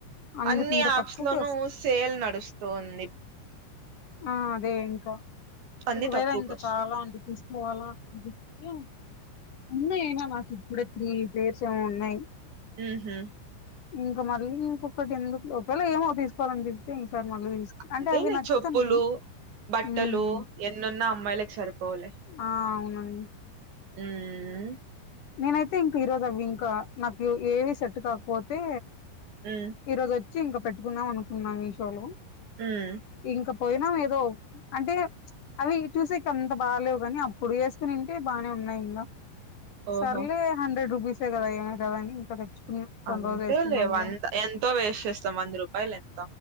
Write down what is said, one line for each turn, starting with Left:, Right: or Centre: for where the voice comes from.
Left: అందుకు
Right: అన్ని
Left: ఇంకా
Right: యాప్స్
Left: తక్కువకి
Right: లోనూ
Left: వస్త
Right: సేల్ నడుస్తోంది
Left: ఆ అదే ఇంకా
Right: అన్ని
Left: ఒకవేళ
Right: తక్కువకొస్తాయి
Left: ఇంకా చాలా ఉంటే తీసుకోవాలా అనిపిస్తే ఉన్నాయి అయినా నాకు ఇప్పుడే త్రీ ప్లేర్స్ ఏమో ఉన్నాయి
Right: మ్మ్ హ్మ్
Left: ఇంక మళ్ళీ ఇంకొకటి ఎందుకులే ఒకవేళ ఏమో తీసుకోవాలనిపిస్తే ఈసారి మళ్ళీ తీసు
Right: అంతేలే
Left: అంటే అవి నచ్చుతున్నాయి
Right: చొప్ ప్పులు బట్టలు
Left: ఉమ్
Right: ఎన్నున్నా అమ్మాయిలకి సరిపోవులే
Left: ఆ అవునండి
Right: మ్మ్ హ్ మ్
Left: నేనైతే ఇంక ఈరోజు అవి ఇంకా నాకు ఏవి సెట్ కాకపోతే
Right: మ్మ్
Left: ఈ రోజు వచ్చి ఇంకా పెట్టుకుందాం అనుకున్నాం మీషో లో
Right: హ్మ్
Left: ఇంక పోయినాం ఏదో అంటే ప్చ్ అవి చూసేకి అంత బాగాలేవు కానీ అప్పుడు వేసుకునింటే బాగానే ఉన్నాయి ఇంగా
Right: ఓహో
Left: సర్లే హండ్రెడ్ రూపీసే కదా ఏమైతాదని ఇంకా తెచ్చుకున్న కొన్ని
Right: అంతేలే
Left: రోజులు వేసుకుందాంలే
Right: వంద ఎంతో వేస్ట్ చేస్తాం వంద రూపాయలు ఎంత